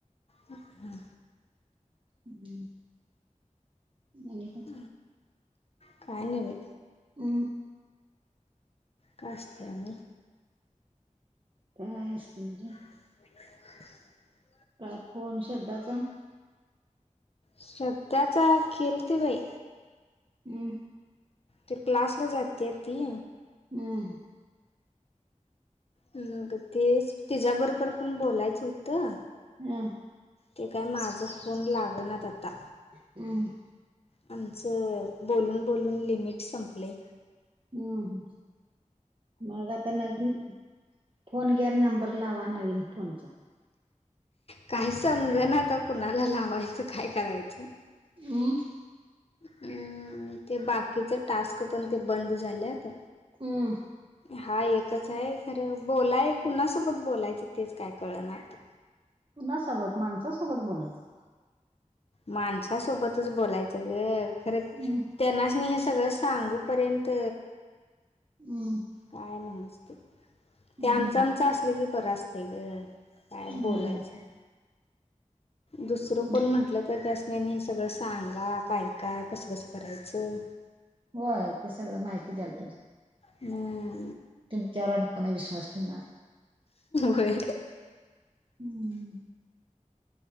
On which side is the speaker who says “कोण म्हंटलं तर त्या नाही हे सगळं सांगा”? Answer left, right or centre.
Left